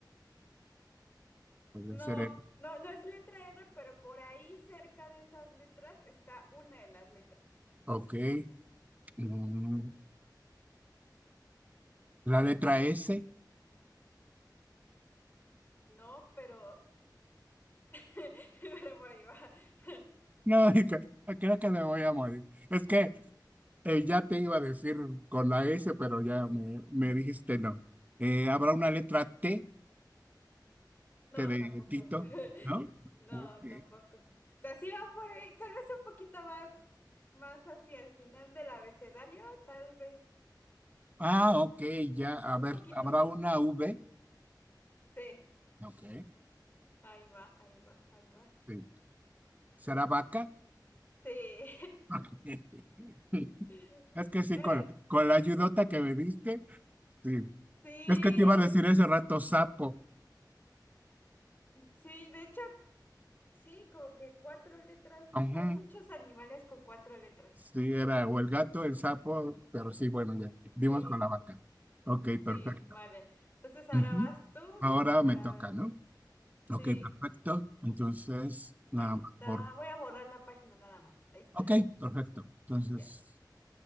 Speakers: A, on the right; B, on the left.
A: puede
B: No,
A: ser R.
B: no, no es letra R, pero por ahí cerca de esas letras está una de las letras.
A: Ok. Mm, la letra S.
B: No, pero <laughs> pero por ahí va. <laughs>
A: No, <laughs> dije, "Ah, creo que me voy a morir. Es que eh, ya te iba a decir con la S, pero ya me, me dijiste no. Eh, habrá una letra T,
B: No,
A: T de
B: tampoco.
A: Tito,
B: <laughs>
A: ¿no?
B: No,
A: Ok.
B: tampoco. O sea, sí va por ahí, tal vez un poquito más, más hacia el final del abecedario, tal vez.
A: Ah, ok, ya. A ver,
B: Un poquito.
A: habrá una V.
B: Sí.
A: Ok,
B: Ahí va, ahí va, ahí va.
A: sí. ¿Será vaca?
B: Sí.
A: <laughs>
B: <laughs>
A: Es que sí,
B: Era,
A: con, con la ayudota que me diste, sí.
B: sí,
A: Es que te iba
B: es,
A: a decir ese rato sapo.
B: sí, de hecho, sí, como que cuatro letras.
A: Ujú.
B: Hay muchos animales con cuatro letras.
A: Sí, era o el gato, el sapo, pero sí, bueno, ya dimos
B: Sí,
A: con la vaca. Ok,
B: sí,
A: perfecto.
B: vale. Entonces ahora
A: Ujú.
B: vas tú
A: Ahora
B: para,
A: me toca, ¿no? Ok,
B: sí.
A: perfecto. Entonces, nada
B: Ahí
A: más
B: está.
A: por...
B: Voy a borrar la página nada más. Ahí está.
A: Ok, perfecto. Entonces,
B: Ya.